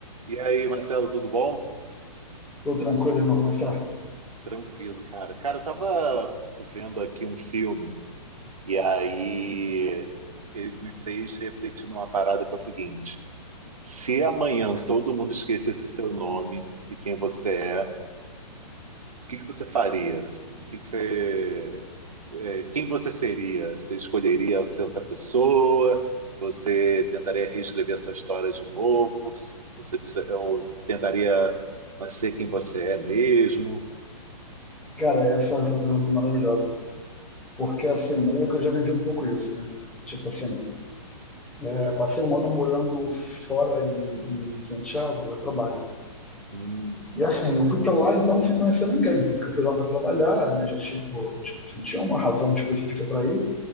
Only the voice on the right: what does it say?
E aí, Marcelo, tudo bom?
Tranquilo, cara. Cara, eu tava vendo aqui um filme e aí ele me fez refletir numa parada que é o seguinte: se amanhã todo mundo esquecesse seu nome e quem você é, o que que você faria? Assim, o que que você, é, quem você seria? Você escolheria ser outra pessoa? Você tentaria reescrever a sua história de novo? Você disse- ou tentaria ser quem você é mesmo?
Hum,